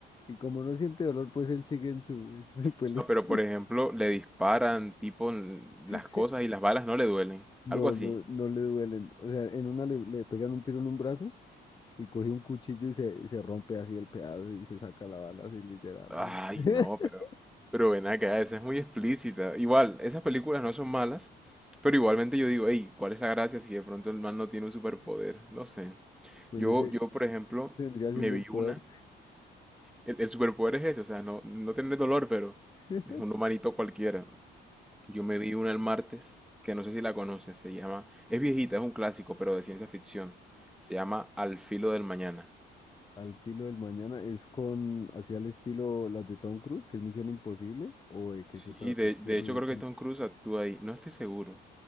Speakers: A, on the left; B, in the centre.
A: Y como no siente dolor, pues él sigue en su, <laughs> en su película.
B: o sea, pero por ejemplo, le disparan tipo en
A: <laughs>
B: las cosas y las balas no le duelen,
A: No,
B: algo así.
A: no, no le duelen. O sea, en una le, le pegan un tiro en un brazo Y coge un cuchillo y se, se rompe así el pedazo y se saca la bala así literal,
B: Ay,
A: así. <laughs>
B: no, pero, pero ven acá, esa es muy explícita. Igual, esas películas no son malas, pero igualmente yo digo, hey, ¿cuál es la gracia si de pronto el man no tiene un superpoder? No sé.
A: Pues
B: Yo,
A: ese
B: yo, por ejemplo,
A: vendría siendo
B: me vi
A: el poder.
B: una. El, el superpoder es ese, o sea, no, no tener dolor, pero
A: <laughs>
B: es un humanito cualquiera. Yo me vi una el martes, que no sé si la conoces, se llama, es viejita, es un clásico, pero de ciencia ficción. Se llama Al filo del mañana.
A: Al filo del mañana es con, así al estilo las de Tom Cruise, que es Misión Imposible, o de qué
B: Sí,
A: se trata,
B: de,
A: es
B: de
A: que, uy,
B: hecho
A: hay
B: creo
A: tanto.
B: que Tom Cruise actúa ahí, no estoy seguro,